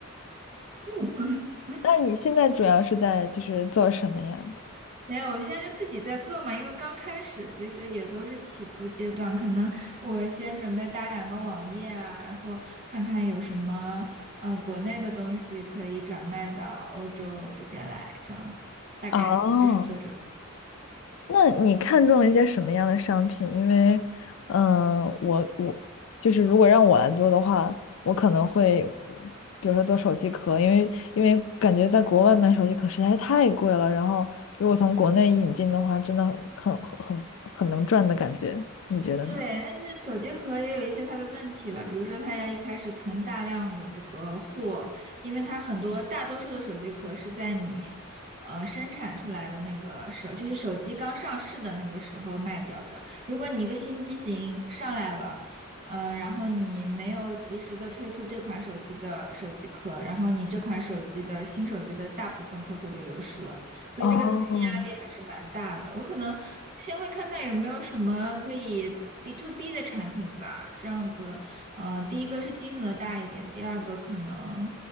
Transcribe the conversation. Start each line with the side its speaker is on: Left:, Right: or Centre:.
Right: <laughs>
Left: 那你现在主要是在就是做什么呀？
Right: 没有，我现在就自己在做嘛，因为刚开始其实也都是起步阶段，可能我先准备搭两个网页啊，然后看看有什么呃国内的东西可以转卖到欧洲这边来，这样子大概是做这个。
Left: 哦，那你看中了一些什么样的商品？因为，嗯、我我就是如果让我来做的话，我可能会，比如说做手机壳，因为因为感觉在国外买手机壳实在是太贵了，然后如果从国内引进的话，真的很很很很能赚的感觉，你觉得呢？
Right: 对，但是手机壳也有一些它的问题了，比如说它要一开始囤大量的这个货，因为它很多大多数的手机壳是在你呃生产出来的那个时候，就是手机刚上市的那个时候卖掉的。如果你一个新机型上来了，呃，然后你没有及时的推出这款手机的手机壳，然后你这款手机的新手机的大部分客户就流失了。所以这个资金压力还是蛮大的。
Left: 哦，
Right: 我可能先会看看有没有什么可以 B to B 的产品吧，这样子，嗯、第一个是金额大一点，第二个可能，